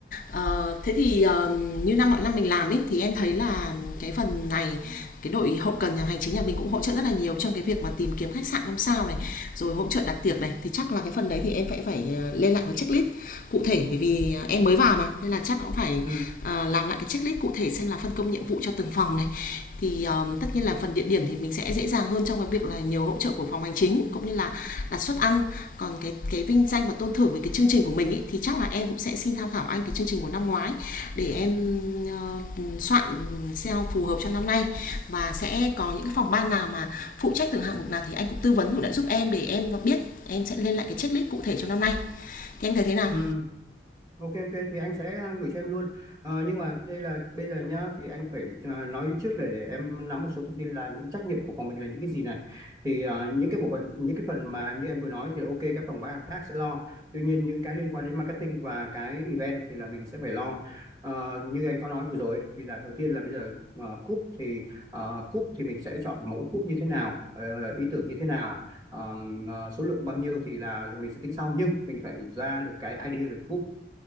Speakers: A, on the left; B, on the right.
A: Ờ, thế thì, ờ, như năm mọi năm mình làm ấy, thì em thấy là cái phần này, cái đội hậu cần nhà hành chính nhà mình cũng hỗ trợ rất là nhiều trong cái việc mà tìm kiếm khách sạn 5 sao này, rồi hỗ trợ đặt tiệc này, thì chắc là cái phần đấy thì em phải phải, ờ, lên lại cái checklist cụ thể, bởi vì, ờ, em mới vào mà, nên là chắc cũng phải,
B: ừ.
A: ờ, làm lại cái checklist cụ thể xem là phân công nhiệm vụ cho từng phòng này. Thì, ờ, tất nhiên là phần địa điểm thì mình sẽ dễ dàng hơn trong cái việc là nhiều hỗ trợ của phòng hành chính, cũng như là đặt suất ăn còn cái cái vinh danh và tôn thưởng về cái chương trình của mình ý, thì chắc là em cũng sẽ xin tham khảo anh cái chương trình của năm ngoái để em ờ, soạn SEO phù hợp cho năm nay và sẽ có những cái phòng ban nào mà phụ trách từng hạng mục nào thì anh cũng tư vấn cũng lại giúp em để em biết em sẽ lên lại cái checklist cụ thể cho năm nay thì anh thấy thế nào
B: ừ. Ok ok thì anh sẽ à, gửi cho em luôn. Ờ, nhưng mà đây là bây giờ nhá thì anh phải à, nói trước là để em nắm một số thông tin là những trách nhiệm của phòng mình là những cái gì này. Thì à, những cái bộ phận những cái phần mà như em vừa nói thì là ok các phòng ban khác sẽ lo. Tuy nhiên những cái liên quan đến marketing và cái event thì là mình sẽ phải lo. Ờ, như anh có nói vừa rồi ấy, thì là đầu tiên là bây giờ ờ, cúp thì ờ, cúp thì mình sẽ chọn mẫu cúp như thế nào, ờ, ý tưởng như thế nào, ờm, ờ, số lượng bao nhiêu thì là mình sẽ tính sau nhưng mình phải ra được cái idea về cúp